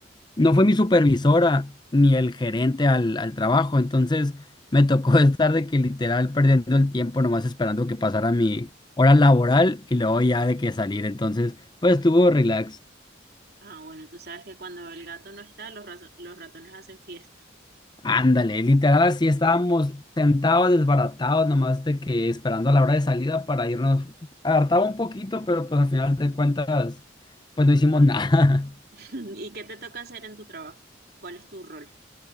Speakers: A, on the left; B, on the right.
A: no fue mi supervisora ni el gerente al, al trabajo, entonces me tocó <laughs> estar de que literal perdiendo el tiempo nomás esperando que pasara mi hora laboral y luego ya de que salir, entonces pues estuvo relax.
B: Ah, bueno, tú sabes que cuando el gato no está, los, razo- los ratones hacen fiesta.
A: Ándale, literal así estábamos sentados, desbaratados, nomás de que esperando a la hora de salida para irnos. Hartaba un poquito, pero pues al final de cuentas, pues no hicimos nada. <laughs>
B: <laughs> ¿Y qué te toca hacer en tu trabajo? ¿Cuál es tu rol?